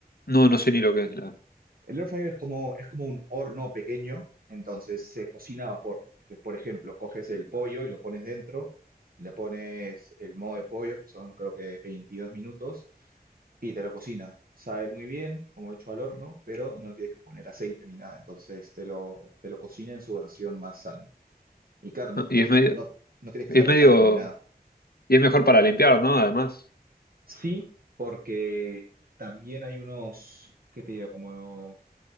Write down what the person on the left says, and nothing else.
No, no sé ni lo que es la.
Y
es medio,
es
medio,
y es mejor para limpiar, ¿no? Además,